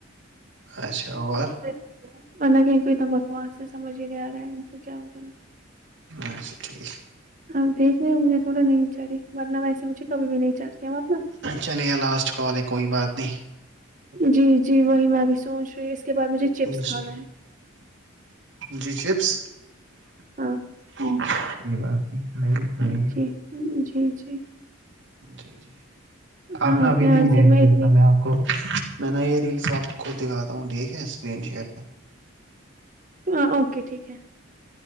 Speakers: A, on the right; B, on the right.
A: اچھا اور
B: اورک ان کو اتنا بکواس سے سمجھ ہی نہیں آ رہا ہے ان کو کیا ہوگا
A: اچھا ٹھیک
B: آپ دیکھ رہ ہو مجے تھوڑا نہیں چڑی ورنہ ویے مجھے کبھی بھی نہیں چڑھتی نا
A: چلے لاسٹ کال ہے کوئی بات نہیں
B: جی جی وہی میں بھی سوچ رہی کے بعد مجھے چپس
A: جی
B: کھانا ہے
A: جی چپس
B: ہاں
A: کوئی بات نہیں کرائیے کے
B: جی جی جی
A: جی جی
B: ہاں
A: آنا
B: آپ
A: ابھی
B: نے
A: نہیں
B: آج
A: ہے
B: دن اتنی
A: دیکھنا میں آپ میں نا یہ ریلس آپ کو خود دکھاتا ہوں ٹھیک ہے اسکرین شیئر پہ
B: ہاں اوکے ٹھیک ہے